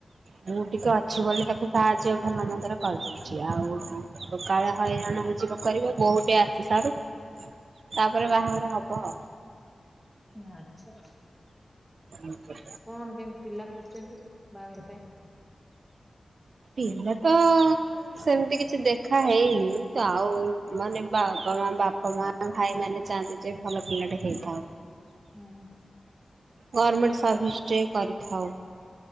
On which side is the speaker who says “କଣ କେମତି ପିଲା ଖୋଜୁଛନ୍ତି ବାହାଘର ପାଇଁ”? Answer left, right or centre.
Centre